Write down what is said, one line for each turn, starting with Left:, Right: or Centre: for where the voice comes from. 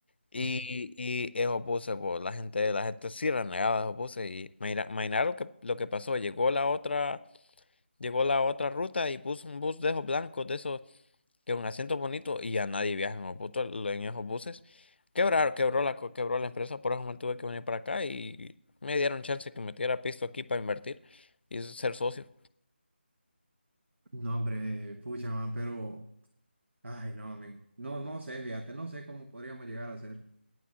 Left: Y,
Right: ajá.
Left: y eso puse, pues, la gente, la gente sí renegaba, eso puse. Y imagina, imagina lo que, lo que pasó. Llegó la otra, llegó la otra ruta y puso un bus de esos blancos, de esos que un asiento bonito y ya nadie viaja en, los butos- en esos buses. Quebraron, quebró la, co- quebró la empresa, por eso me tuve que venir para acá y me dieron chance que metiera pisto aquí para invertir y ser socio.
Right: No, hombre, pucha, man, pero, ay, no, men, no, no sé, fíjate, no sé cómo podríamos llegar a hacer,